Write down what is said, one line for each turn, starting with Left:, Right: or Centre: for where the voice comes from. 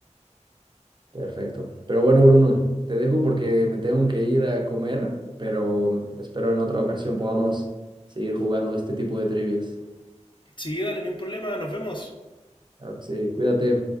Right: Perfecto. Pero bueno, Bruno, te dejo porque me tengo que ir a comer, pero espero en otra ocasión podamos seguir jugando este tipo de trivias.
Left: Sí, dale, ni un problema, nos vemos.
Right: Claro que sí, cuídate.